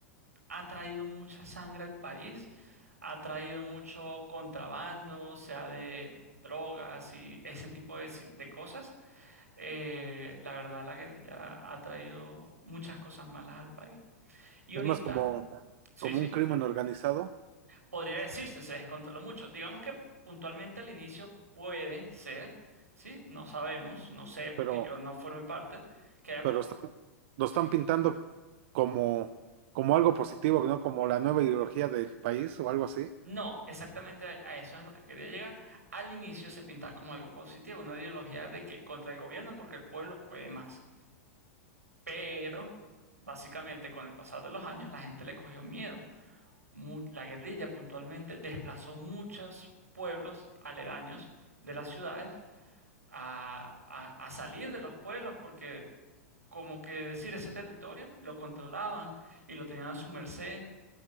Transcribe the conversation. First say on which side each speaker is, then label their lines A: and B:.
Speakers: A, on the right (about 85°); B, on the right (about 55°).
A: ha traído mucha sangre al país, ha traído mucho contrabando, sea de drogas y ese tipo de, si- de cosas. Eh, la verdad, la guerrilla ha traído muchas cosas malas al país. Y ahorita,
B: es más como,
A: sí,
B: como
A: sí,
B: un crimen organizado,
A: podría decirse, se descontroló mucho. Digamos que puntualmente al inicio puede ser, sí, no sabemos, no sé, porque
B: pero
A: yo no formé parte, que haya...
B: pero
A: po-
B: lo están, lo están
A: sí.
B: pintando como, como algo positivo, ¿no? Como la nueva ideología del país o algo así.
A: No, exactamente a a eso es lo que quería llegar. Al inicio se pintaba como algo positivo, una ideología de que contra el gobierno porque el pueblo puede más. Pero, básicamente, con el pasar de los años, la gente le cogió miedo. Mu- La guerrilla puntualmente desplazó muchos pueblos aledaños de las ciudades a, a a salir de los pueblos porque, como que decir, ese territorio lo controlaban y lo tenían a su merced.